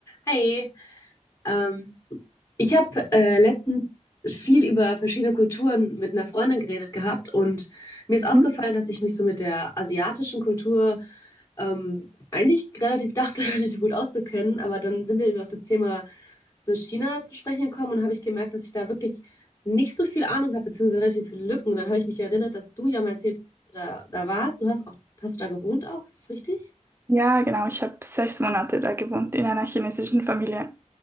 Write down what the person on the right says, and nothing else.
Mhm.
Ja, genau. Ich habe sechs Monate da gewohnt in einer chinesischen Familie.